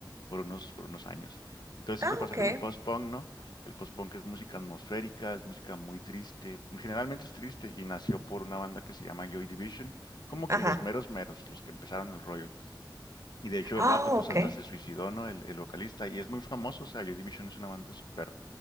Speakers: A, on the left; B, on the right.
A: por unos, por unos años. Entonces
B: ah,
A: eso pasó
B: ok.
A: con el post-punk, ¿no? El post-punk es música atmosférica, es música muy triste, generalmente es triste y nació por una banda que se llama Joy Division, como
B: Ajá.
A: que los meros meros, los que empezaron el rollo. Y de hecho
B: Ah,
A: el vato pues
B: ok.
A: hasta se suicidó, ¿no? El, el vocalista. Y es muy famoso, o sea, Joy Division es una banda súper,